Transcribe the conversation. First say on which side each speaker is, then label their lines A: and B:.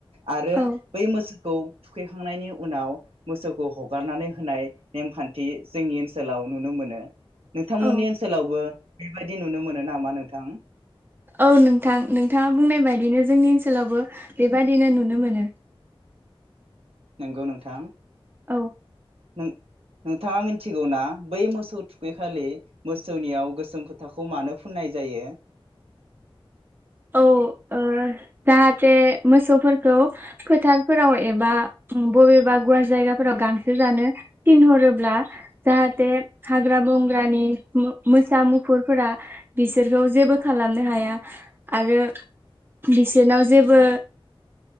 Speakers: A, on the right; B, on the right.
A: आरो
B: औ
A: बै मोसौखौ थुखैखांनायनि उनाव मोसौखौ हगारनानै होनाय नेमखान्थि जोंनि ओन्सोलाव नुनो मोनो। नोंथांमोननि
B: औ
A: ओनृसोलावबो बेबायदि नुनो मोनो नामा नों थां?
B: औ नोंथां नोंथाङा बुंनाय बायदिनो जोंनि ओन्सोलावबो बेबादिनो नुनो मोनो।
A: नोंगौ नोंथां।
B: औ।
A: नों नोंथाङा मिथिगौना बै मोसौ थुखैखालि मोसौनियाव गोसोम खोथाखौ मानो फुन्नाय जायो?
B: औ ओ जाहाथे मोसौफोरखौ फोथारफोराव एबा बबेबा गुवार जायगाफोराव गांसो जानो थिनहरोब्ला जाहाथे हाग्रा बंग्रानि मोसा, मुफुरफोरा बिसोरखौ जेबो खालामनो हाया‌। आरो बिसोरनाव जेबो